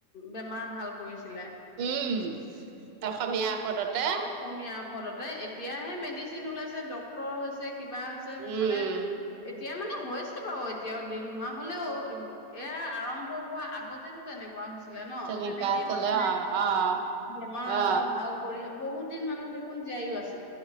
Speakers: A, on the left (about 45°); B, on the right (about 85°).
A: বেমাৰ ভাল কৰিছিলে
B: উম, অসমীয়া। ঔষধতে
A: এ অসমীয়া <unintelligible> এতিয়াহে মেডিচিন ওলাইছে। <unintelligible> ডক্তৰ হৈছে কিবা হৈছে
B: উম
A: মানে
B: উম
A: এতিয়া মানে হৈছে বাৰু এতিয়াও দিন হোৱা হলেও এয়া আৰম্ভ হোৱা আগতেতো তেনেকুৱা হৈছে। ছিলে ন
B: তেনেকুৱা
A: তেনেকেই
B: আছিলে
A: মানুহে
B: অ অ
A: বেমাৰ
B: অ
A: আজাৰ ভাল কৰি বহুত দিন মানুহ দেখোন জীয়াইও আছে।